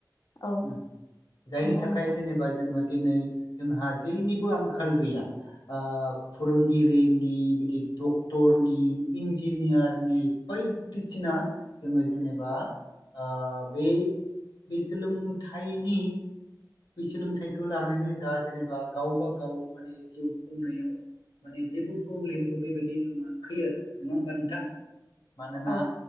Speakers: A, on the left (about 50°); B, on the left (about 75°).
A: औ
B: उम जायनि
A: नंगौ
B: थाखाय
A: नोंथां
B: जेनेबा जोङो दिनै जोंहा जेनिबो आंखाल गैया। अ फोरोंगिरिनि बिदि दक टरनि इन्जिनियारनि बायदिसिना जोङो जेनेबा अ बे बे सोलोंथाइनि बे सोलोंथाइखौ लानानैनो दा जेनेबा गावबा गाव माने जिउ खुंनायाव माने जेबो प्रब्लेमखौ बेबायदि नुवाखै आरो नङा होमबा नोंथां? मानोना
A: औ